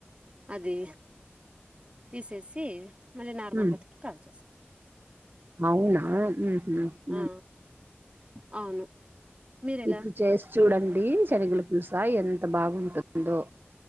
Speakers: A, on the right (about 30°); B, on the right (about 50°).
A: అది తీసేసి మళ్ళీ నార్మల్
B: ఉమ్
A: గా తిప్పి కాల్ చేసాం
B: అవునా ఊహు హు
A: ఆ అవును మీరెలా
B: ఇట్లు చేసి చూడండి శనగుల తెలుసా ఎంత బాగుంటుందో